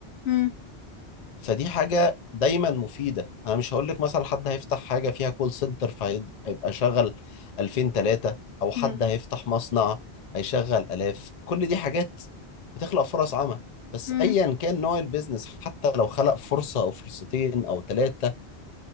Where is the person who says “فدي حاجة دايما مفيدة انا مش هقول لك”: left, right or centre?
Left